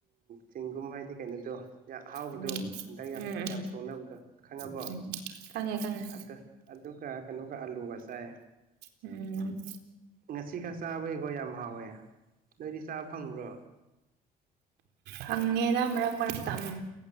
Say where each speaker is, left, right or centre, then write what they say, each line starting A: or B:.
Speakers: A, on the right; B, on the right.
A: ꯆꯦꯡꯒꯨꯝ ꯍꯥꯏꯗꯤ ꯀꯩꯅꯣꯗꯣ ꯌꯥꯝ ꯑꯍꯥꯎꯕꯗꯣ
B: ꯎꯝ ꯎꯝ
A: ꯍꯟꯗꯛ ꯌꯥꯝ
B: ꯎꯝ
A: ꯌꯥꯝ ꯊꯣꯡꯅꯕꯗꯣ ꯈꯪꯉꯕꯣ
B: ꯎꯝ ꯈꯪꯉꯦ ꯈꯪꯉꯦ
A: ꯑꯗ ꯑꯗꯨꯒ ꯀꯩꯅꯣꯒ ꯑꯥꯂꯨꯒ ꯆꯥꯏ
B: ꯎꯝ
A: ꯉꯁꯤ ꯈꯁꯥꯕꯒ ꯌꯥꯝꯝꯕ ꯅꯣꯏꯗꯤ ꯆꯥꯕ ꯐꯪꯕ꯭ꯔꯣ
B: ꯍꯪꯦꯗ ꯍꯒ ꯃꯥꯛꯇꯝ